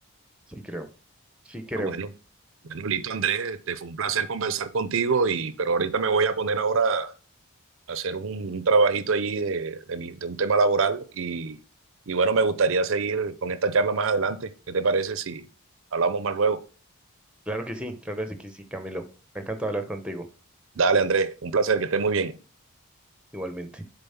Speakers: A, in the centre; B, on the right.
A: Sí, creo. Sí, creo.
B: Ah, bueno. Bueno, listo, Andrés, este, fue un placer conversar contigo, y, pero ahorita me voy a poner ahora hacer un, un trabajito allí de, de, mi- de un tema laboral y, y bueno, me gustaría seguir con esta charla más adelante. ¿Qué te parece si hablamos más luego?
A: Claro que sí. Claro que sí, Camilo. Me ha encantado hablar contigo.
B: Dale, Andrés, un placer, que estés muy bien.
A: Igualmente.